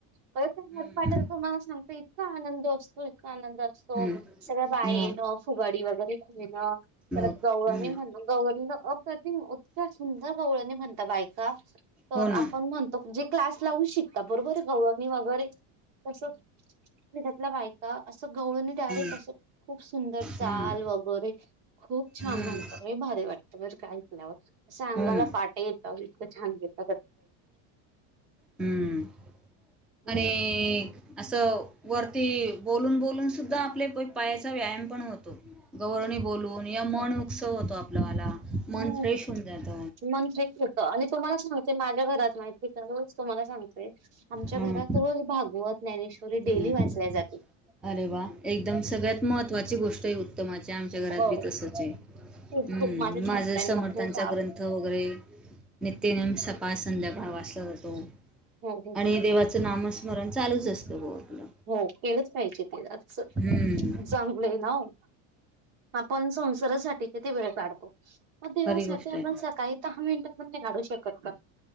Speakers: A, on the right (about 75°); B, in the centre.
A: परत ते
B: हम्म
A: हरीपाठाला तुम्हाला सांगते इतका आनंद असतोय. इतका आनंद असतो.
B: हम्म
A: सगळ्या बाया
B: मग
A: येण. फुगडी वगैरे खेळण.
B: मग
A: परत गवळणी
B: हम्म
A: म्हण मग गवळनी ना, अप्रतिम उतक्या सुंदर गवळनी म्हणता बायका. तर
B: हो ना
A: आपण म्हणतो, जे क्लास लावू शिकता बरोबरये गवळणी वगैरे तस, खेड्यातल्या बायका अस गवळनी डायरेक्ट
B: हम्म
A: अस, खूप सुंदर चाल
B: हम्म
A: वगैरे खूप छान
B: हम्म
A: म्हण तर लयी भारी वाटत बर का ऐकल्यावर. अस अंगाला
B: हो ना
A: काटे येता हो, इतक छान घेत
B: हम्म
A: हो
B: आणि अस, वरती बोलून बोलून सुद्धा आपले पायाचा व्यायाम पण होतो. गौळणी बोलून या मन उक्सव होतो आपल वाला.
A: हम्म
B: मन फ्रेश होऊन जात.
A: मन फ्रेश होतं आणि तुम्हाला सांगते, माझ्या घरात माहिती रोज तुम्हाला सांगते, आमच्या
B: हम्म
A: घरात रोज भागवत, ज्ञानेश्वरी डेली
B: हम्म
A: वाचल्या जात
B: अरे वा, एकदम सगळ्यात महत्त्वाची गोष्ट आहे उत्तमाची. आमच्या घरात
A: हो
B: बी तसच आहे.
A: खूप
B: हम्म,
A: खूप माझ्या
B: माझ
A: सासऱ्यांना
B: समर्थांचा
A: खूप हो
B: ग्रंथ वगैरे नीत्यनेम स काळ, संध्याकाळ वाचला जातो.
A: हो हो
B: आणि देवाच नामस्मरण चालूच असत ग आपल.
A: हो केलंच पाहिजे ते आजच
B: हम्म
A: चांगल हे नाव. आपण संसारासाठी किती वेळ काढतो मग देवासाठी
B: खरी गोष्ट
A: आपण
B: आहे
A: सकाळी दहा मिनट. आपण काढू शकत का